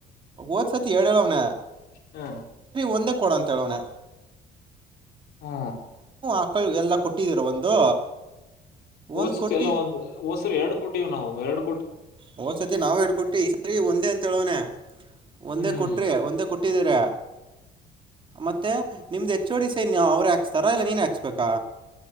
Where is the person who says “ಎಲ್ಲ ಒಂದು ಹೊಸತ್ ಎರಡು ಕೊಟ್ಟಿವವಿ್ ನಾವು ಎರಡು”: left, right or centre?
Left